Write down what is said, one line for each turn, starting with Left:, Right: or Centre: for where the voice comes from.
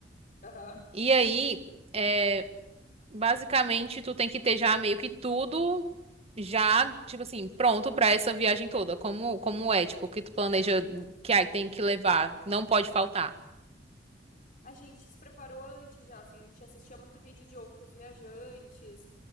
Left: Aham.
Right: E aí, é, basicamente, tu tem que ter já meio que tudo já, tipo assim, pronto pra essa viagem toda. Como, como é, tipo, o que tu planeja que aí tem que levar, não pode faltar.
Left: A gente se preparou antes já, assim, a gente assistia muito vídeo de outros viajantes.